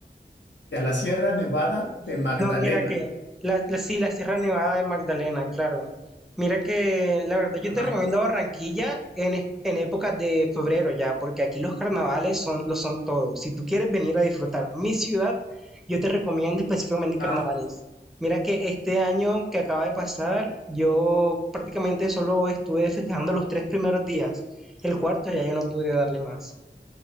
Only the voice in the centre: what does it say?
No, mira que la, la- sí, la Sierra Nevada de Magdalena, claro. Mira que la verdad
yo te recomiendo Barranquilla en, es- en épocas de febrero ya, porque aquí los carnavales son, lo son todo. Si tú quieres venir a disfrutar mi ciudad, yo te recomiendo específicamente carnavales.
Mira que este año que acaba de pasar, yo prácticamente solo estuve festejando los tres primeros días. El cuarto ya yo no pude darle más.